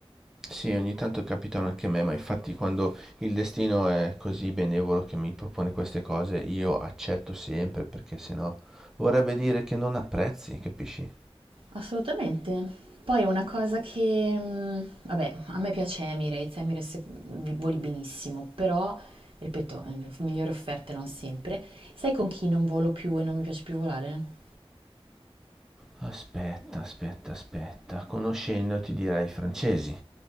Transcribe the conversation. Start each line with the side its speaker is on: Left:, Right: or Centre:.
Centre: Sì, ogni tanto capitano anche a me, ma infatti quando il destino è così benevolo che mi propone queste cose, io accetto sempre perché sennò vorrebbe dire che non apprezzi, capisci?
Right: Assolutamente. Poi una cosa che, mh, vabbè, a me piace Emirates, Emirates vi- voli benissimo, però, ripeto, eh, migliori offerte non sempre. Sai con chi non volo più e non mi piace più volare?
Centre: Aspetta, aspetta, aspetta, conoscendo ti direi francesi.